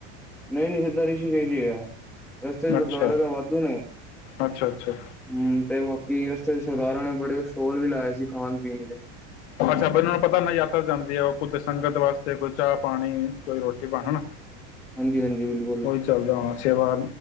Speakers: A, in the centre; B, on the left.
A: ਨਹੀਂ ਨਹੀਂ ਸਿੱਧਾ ਰਿਸ਼ੀ ਕ ਸੀ ਗਿਆ ਰਸਤੇ ਚ ਤਾਂ ਗੁਰਦਵਾਰੇ
B: ਅੱਛਾ
A: ਤਾਂ ਵਾਧੂ ਨੇ
B: ਅੱਛਾ ਅੱਛਾ
A: ਹਮ ਤੇ ਬਾਕੀ ਰਸਤੇ ਸਰਦਾਰਾਂ ਨੇ ਬੜੇ ਸਟੋਲ ਵੀ ਲਾਏ ਸੀ ਖਾਣ ਪੀਣ ਦੇ
B: ਅੱਛਾ ਇਹਨਾਂ ਨੂੰ ਪਤਾ ਨਾ ਯਾਥ ਜਾਂਦੀ ਆ ਉਹ ਕੁੱਜ਼ ਸੰਗਤ ਵਾਸਤੇ ਕੋਈ ਚਾਹ ਪਾਣੀ ਕੋਈ ਰੋਟੀ ਪਾਣੀਾ
A: ਹਾਂਜੀ ਹਾਂਜੀ ਬਿਲਕੁਲ
B: ਉਹੀ ਚੱਲਦਾ ਹਣਾ ਸੇਵਾ